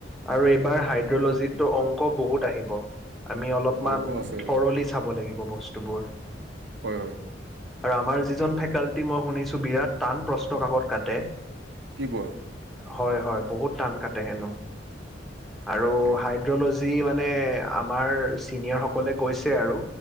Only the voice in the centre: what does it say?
আৰু এইবাৰ হাইড্ৰলজিতো অংক বহুত আহিব আমি অলপ অলপমান
থৰলি চাব লাগিব বস্তুবোৰ
আৰু আমাৰ যিজন ফেকাল্টি মই শুনিছোঁ বিৰাট টান প্ৰশ্ন কাকত কাটে।
হয়, হয় বহুত কে হেনো আৰু
হাই দ্ৰলজি মানে আমাৰ ছিনিয়ৰসকলে কৈছে আৰু